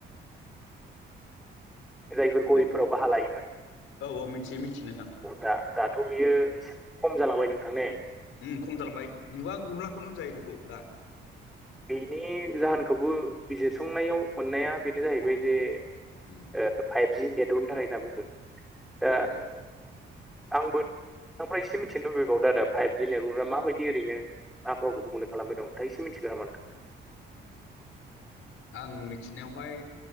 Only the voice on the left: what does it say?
बेखौ
औ औ मिथियो मिथियो नोंथां
ओम खम जालांबाय नु नुलाखौनो होनजायो बेखौ दा
उम
औ औ औ
आं मिथिनायावहाय